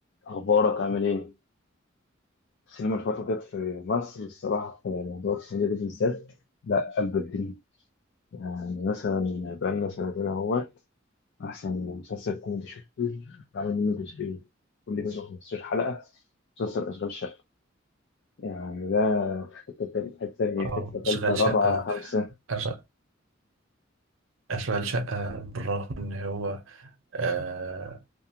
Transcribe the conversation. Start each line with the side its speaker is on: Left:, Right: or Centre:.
Left: أخبارك عامل إيه؟ السينما الفترة ديت في مصر الصراحة في موضوع السنة دي بالذات لا قلب الدنيا يعني مثلا بقالنا سنتين أهوت أحسن مسلسل كوميدي شفته بعمل منه جزئين كل جزء 15 حلقة مسلسل أشغال شقة يعني ده في حتة تانية حتة تانية
Right: اه
Left: حتة تالتة
Right: اشغال
Left: رابعة
Right: شقة
Left: خمسة
Right: أش- اشغال شقة بالرغم ان هو آه